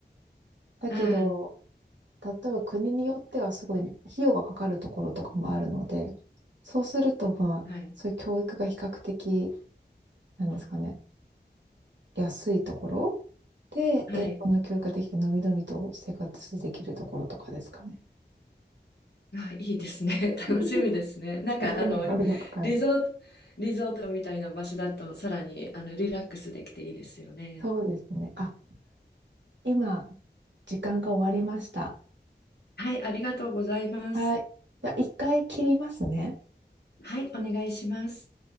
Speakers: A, on the right; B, on the left.
A: だけど、
B: あ
A: 例えば国によってはすごい費用がかかるところとかもあるので、そうするとまあ、
B: あ、はい。
A: そういう教育が比較的、なんですかね、安いところで、
B: はい。
A: 英語の教育ができて、のびのびと生活できるところとかですかね。
B: あ、いいですね。<laughs>
A: <laughs>
B: 楽しみですね。なんかあの
A: そんなのがあるのかないですか。
B: リゾート、リゾートみたいな場所だとさらにあのリラックスできていいですよね。
A: そうですね。あ、今、時間が終わりました。
B: はい、ありがとうございます。
A: はい。じゃあ、一回切りますね。
B: はい、お願いします。